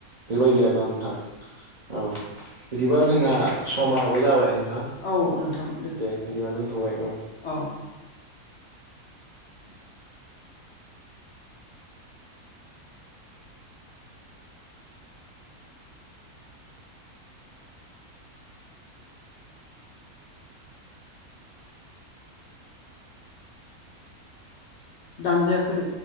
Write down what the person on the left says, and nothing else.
नोंथां
औ नोंथां
औ <unintelligible> दानजायाखै।